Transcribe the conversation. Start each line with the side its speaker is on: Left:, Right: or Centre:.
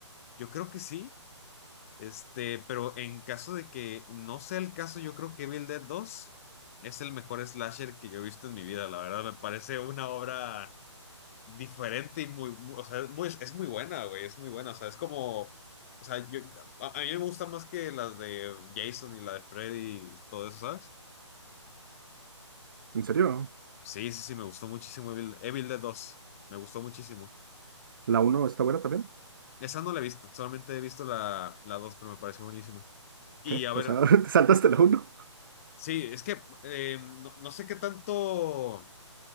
Left: yo creo que sí, este, pero en caso de que no sea el caso, yo creo que Evil Dead dos es el mejor slasher que yo he visto en mi vida, la verdad, me parece una obra diferente y muy, muy- o sea, es muy, es muy buena, güey, es muy buena, o sea, es como, o sea, yo, a, a mí me gusta más que las de Jason y la de Freddy y todo eso, ¿sabes?
Right: ¿En serio?
Left: Sí, sí, sí, me gustó muchísimo Evil, Evil Dead dos me gustó muchísimo.
Right: ¿La uno está buena también?
Left: Esa no la he visto, solamente he visto la, la dos pero me pareció buenísima. Y
Right: ¿Qué?
Left: a ver,
Right: O sea, <laughs> te saltaste la uno.
Left: sí, es que eh, no, no sé qué tanto